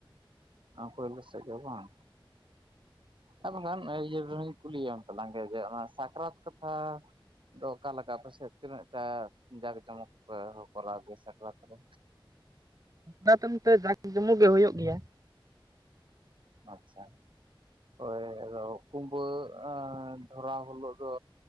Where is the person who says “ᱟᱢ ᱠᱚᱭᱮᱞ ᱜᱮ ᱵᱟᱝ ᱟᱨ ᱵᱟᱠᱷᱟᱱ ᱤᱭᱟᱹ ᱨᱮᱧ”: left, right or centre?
Right